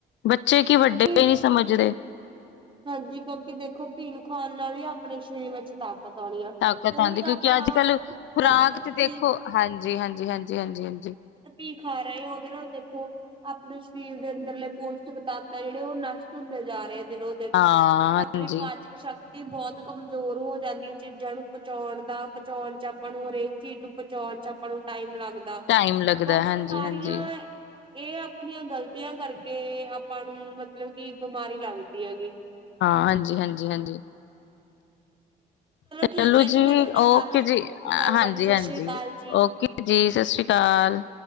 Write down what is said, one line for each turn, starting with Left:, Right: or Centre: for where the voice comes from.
Left: ਬੱਚੇ ਕੀ
Right: ਕਿਉਂਕਿ
Left: ਵੱਡੇ ਨਹੀਂੀ ਸਮਝਦੇ
Right: ਹਾਂਜੀ ਕਿਉਂਕਿ ਦੇਖੋ ਪੀਣ ਖਾਣ ਨਾਲ ਵੀ ਆਪਣੇ ਸਰੀਰ ਵਿੱਚ ਤਾਕਤ ਆਉਂਦੀ ਆ
Left: ਤਾਕਤ
Right: ਉਹੀ
Left: ਆਉਂਦੀ ਕਿਉਂਕਿ
Right: ਆਪਾਂ
Left: ਅੱਜ ਕੱਲ
Right: ਮਤਲਬ
Left: ਖੁਰਾਕ
Right: ਗਲਤ
Left: ਤੇ ਦੇਖੋ
Right: ਭੀਕ
Left: ਹਾਂਜੀ- ਹਾਂਜੀ, ਹਾਂਜੀ- ਹਾਂਜੀ, ਹਾਂਜੀ।
Right: ਭੀ ਖਾ ਰਹੇ ਆ ਉਹਦੇ ਨਾਲ ਦੇਖੋ ਆਪਣੇ ਸਰੀਰ ਦੇ ਅੰਦਰਲੇ ਪੋਸ਼ਟਕ ਤਾਤਾਂ ਜਿਹੜੇ ਉਹ ਨਸ਼ਟ ਹੁੰਦੇ ਜਾ ਰਹੇ ਦਿਨੋ ਦੇਦੋ
Left: ਹਾਂ
Right: ਆਪਣੀ
Left: ਹਾਂਜੀ
Right: ਪਾਚਕ ਸ਼ਕਤੀ ਬਹੁਤ ਕਮਜ਼ੋਰ ਹੋ ਜਾਂਦੀ ਹੈ ਚੀਜ਼ਾਂ ਨੂੰ ਪਹੁੰਚਾਉਣ ਦਾ ਪਹੁੰਚਾਉਣ ਚ ਆਪਾਂ ਨੂੰ ਹਰੇਕ ਚੀਜ਼ ਨੂੰ ਪਹੁੰਚਾਉਣ ਚ ਆਪਾਂ ਨੂੰ ਟਾਈਮ ਲੱਗਦਾ।
Left: ਟਾਈਮ। ਲੱਗਦਾ
Right: ਬਸ
Left: ਹਾਂਜੀ
Right: ਸਾਰੀਆਂ
Left: ਹਾਂਜੀ
Right: ਇਹ ਆਪਣੀਆਂ ਗ਼ਲਤੀਆਂ ਕਰਕੇ ਆਪਾਂ ਨੂੰ ਮਤਲਬ ਕਿ ਬਿਮਾਰੀ ਲੱਗਦੀ ਹੈਗੀ।
Left: ਹਾਂ ਹਾਂਜੀ -ਹਾਂਜੀ, ਹਾਂਜੀ। ਚਲੋ
Right: ਠੀਕ ਹੈ
Left: ਜੀ
Right: ਮੈਂ ਤੁਹਾਡੇ
Left: ਓਕੇ
Right: ਨਾਲ ਕੱਲ
Left: ਜੀ
Right: ਗੱਲ
Left: ਹਾਂਜੀ
Right: ਕਰਦੀ ਸਤਿ
Left: -ਹਾਂਜੀ
Right: ਸ੍ਰੀ ਅਕਾਲ ਜੀ
Left: ਓਕੇ। ਜੀ ਸਤਿ ਸ਼੍ਰੀ ਅਕਾਲ।